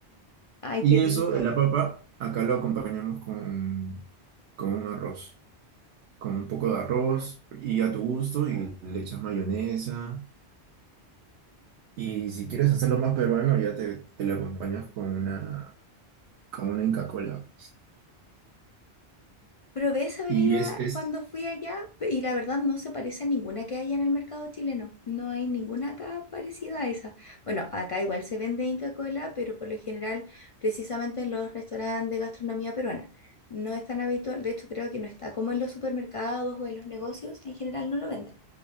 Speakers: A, on the left (about 60°); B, on the right (about 80°).
A: Ay,
B: Y
A: qué rico.
B: eso, la papa, acá lo acompañamos con, con un arroz, con un poco de arroz y a tu gusto y le echas mayonesa Y si quieres hacerlo más peruano, ya te, te lo acompañas con una, con una Inca Kola, pues.
A: Probé esa bebida
B: Y es, es
A: cuando fui allá pe- y la verdad no se parece a ninguna que haya en el mercado chileno. No hay ninguna acá parecida a esa. Bueno, acá igual se vende Inca Kola, pero por lo general precisamente en los restaurantes de gastronomía peruana. No es tan habitual, de hecho creo que no está como en los supermercados o en los negocios, en general no lo venden.